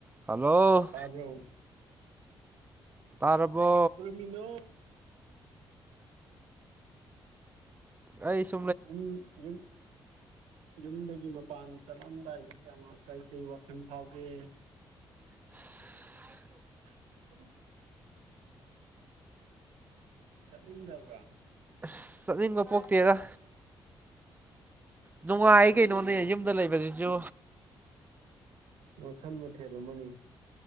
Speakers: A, on the right; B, on the right.
A: Hello
B: ꯄꯥꯕ꯭ꯔꯣ
A: ꯇꯥꯔꯕꯣ
B: ꯏꯅꯣ
A: ꯑꯩꯁ
B: ꯎꯝ ꯎ ꯌꯨꯝꯗꯒꯤ ꯃꯄꯥꯟ ꯆꯠꯂꯝꯗꯥꯏꯁꯦ ꯀꯌꯥ ꯀꯩ ꯀꯩ ꯋꯥꯈꯜ ꯐꯥꯎꯒꯦ
A: ꯑꯁ
B: ꯎꯝ ꯆ ꯇꯕ꯭ꯔꯥ
A: ꯑꯁ ꯆꯠꯅꯤꯡꯕ ꯄꯣꯛꯇꯦꯗ ꯅꯨꯡꯉꯥꯏ
B: ꯎꯝ
A: ꯀꯩꯅꯣꯅꯦ ꯌꯨꯝꯗ ꯂꯩꯕꯁꯤꯁꯨ
B: ꯑ ꯈꯟ ꯃ ꯊꯂꯣ ꯃꯅꯤ